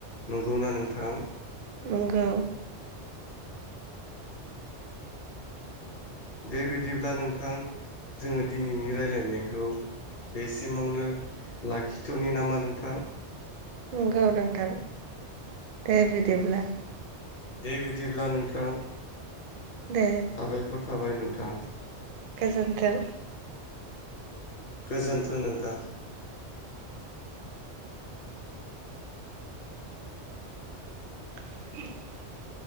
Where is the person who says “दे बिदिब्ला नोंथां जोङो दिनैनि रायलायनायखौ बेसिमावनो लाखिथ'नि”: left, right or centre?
Left